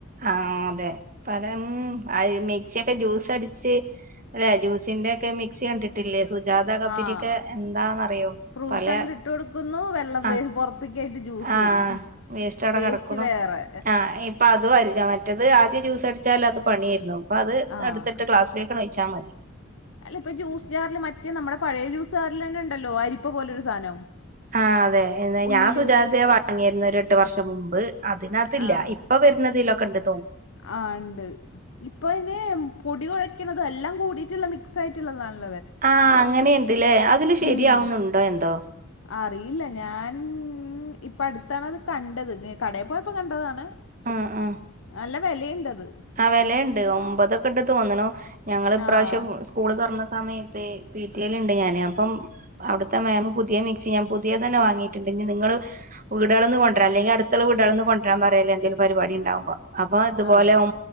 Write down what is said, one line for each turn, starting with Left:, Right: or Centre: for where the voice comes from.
Right: ആഹ അതെ പരം അത് മിക്സി ഒക്കെ ജ്യൂസ് അടിച്ച് <unintelligible> ജ്യൂസിന്റെ ഒക്കെ മിക്സി കണ്ടിട്ടില്ലേ <unintelligible>
Left: ആഹ്
Right: എന്താന്നറിയോ
Left: ഫ്രൂട്ട്സ്
Right: പല
Left: അങ്ങട്ട് ഇട്ട് കൊടുക്കുന്നു വെള്ളം വേ
Right: ആ
Left: പുറത്തേക്ക് അതിന്റെ ജ്യൂസ്
Right: ആഹ
Left: വരും
Right: വേസ്റ്റവടെ
Left: വേസ്റ്റ്
Right: കിടക്കണു
Left: വേറെ
Right: ആ ഇപ്പ അത് <unintelligible> മറ്റത് ജ്യൂസടിച്ചാല് അത് പണിയായിരുന്നു. അപ്പൊ അത്
Left: ആഹ്
Right: എടുത്തിട്ട് ക്ലാസ്സിലേക്ക് നയിച്ചാൽ മതി
Left: അല്ല ഇപ്പ ജ്യൂസ് ജാറില് മറ്റേ നമ്മളെ പഴയ ജ്യൂസ് ജാറിലന്നെ ഉണ്ടല്ലോ അരിപ്പ പോലൊരു സാധനം
Right: ആഹ് അതെ എന്നാ
Left: ഉള്ളില്
Right: ഞാൻ സുജാതയാ വാങ്ങിരുന്നെ എട്ട് വർഷം മുമ്പ് അതിനകത്ത് ഇല്ല,
Left: ആഹ്
Right: ഇപ്പൊ വരുന്നതിലൊക്കെണ്ട്.
Left: ആഹ് ഉണ്ട്, ഇപ്പൊ പിന്നെ പൊടി കുഴക്ക്‌ണതും എല്ലാം കൂടീട്ടുള്ള മിക്സ് ആയിട്ടുള്ളതാണ്.
Right: ആഹ് അങ്ങനെയ്ണ്ട്ല്ലേ, അതില്
Left: അത്
Right: ശരിയാവുന്നുണ്ടോ എന്തോ
Left: അറിയില്ല ഞാൻ ഇപ്പട്ത്താണത് കണ്ടത്, കടെ പോയപ്പോ കണ്ടതാണ്
Right: ആഹ് ആഹ്
Left: നല്ല വെലയ്ണ്ടത്.
Right: ആഹ് വെലയ്ണ്ട്, ഒമ്പതൊക്കെണ്ട് തോന്ന്ണു. ഞങ്ങള് ഇപ്രാവിശ്യം
Left: ആഹ്
Right: സ്കൂള് തുറന്ന സമയത്തെ വീട്ടില്ണ്ട് ഞാന്, അപ്പം അവിടുത്തെ മേമ പുതിയ മിക്സി ഞാൻ പുതിയതന്നെ വാങ്ങിട്ട്ണ്ട്. പിന്നെ നിങ്ങള് വീടുകള്ന്ന് കൊണ്ടരാ അല്ലെങ്കിൽ അടുത്തുള്ള വീട്കളിന്ന് കൊണ്ടുരാൻ പറയല് എന്തെങ്കിലും പരിപാടി ഇണ്ടാവുമ്പോ അപ്പൊ അതുപോലെ
Left: ആഹ്
Right: ഒ